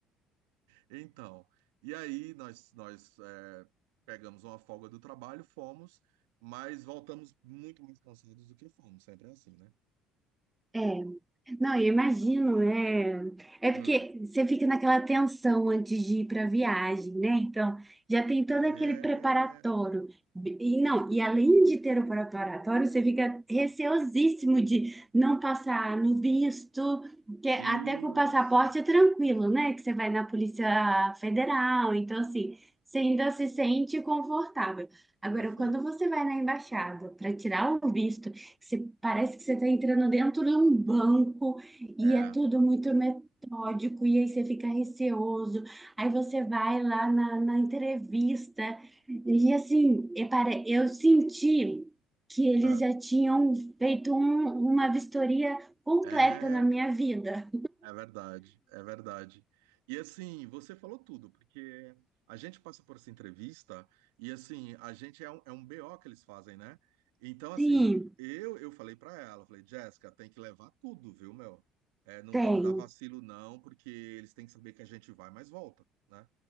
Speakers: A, on the right; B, on the right.
A: Então, e aí nós, nós é, pegamos uma folga do trabalho, fomos, mas voltamos muito mais cansados do que fomos, sempre é assim, né?
B: É. Não, eu imagino, É, É
A: Hum,
B: porque você fica naquela tensão antes de ir para a viagem, né? Então, já tem todo
A: é,
B: aquele preparatório. E não, e além de ter o preparatório, você fica receosíssimo de não passar no visto, que é
A: isso,
B: até com o passaporte é tranquilo, né? Que você vai na Polícia Federal, então assim, você ainda se sente confortável. Agora,
A: perfeito.
B: quando você vai na embaixada para tirar o visto, você, parece que você está entrando dentro de um banco e
A: É,
B: é tudo muito metódico, e aí você fica receoso. Aí você vai lá na, na entrevista, e assim, e pare- eu senti que eles
A: ah,
B: já tinham feito um- uma vistoria completa
A: é,
B: na minha vida.
A: É verdade, é verdade. E assim, você falou tudo, porque a gente passa por essa entrevista e assim, a gente é um, é um BO que eles fazem, né? Então, assim,
B: Sim,
A: eu eu falei pra ela, falei, Jéssica, tem que levar tudo, viu, meu? É, não
B: tem.
A: vamos dar vacilo, não, porque eles têm que saber que a gente vai, mas volta, né?